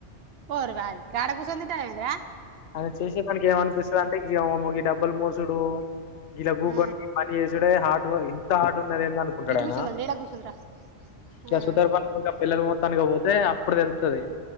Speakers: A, on the right (about 65°); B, on the left (about 80°).
A: ఓర్ వారి గాడ కూసొని తింటానావు ఏంది రా
B: అది చేసే పనికి ఏమ్ అనిపిస్తది అంటే గీవం ఓ గి డబ్బల్ మోసుడు ఇలా గుకొని
A: ఆ
B: గీ పని చేసుడే హర్డ్ ఇంత హర్డ్ ఉన్నది ఏంది అనుకుంటాడు
A: గిటు
B: ఆయన
A: కూసుందండి ఈడ కూసుందిరా ఆ
B: ఇగ సుతారు పని ఇంకా పిల్లర్ పోతానికి పోతే అప్పుడు తెలు సరే